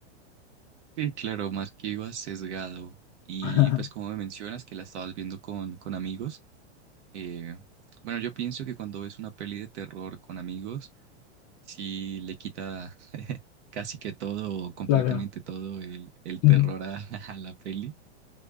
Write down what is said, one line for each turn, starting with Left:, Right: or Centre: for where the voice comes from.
Right: sí, claro, más que iba sesgado. Y
Left: <laughs>
Right: pues como me mencionas que la estabas viendo con, con amigos, eh, bueno, yo pienso que cuando ves una peli de terror con amigos, sí le quita casi que todo, o completamente
Left: Claro.
Right: todo el, el
Left: <laughs>
Right: terror a, <laughs> a la peli,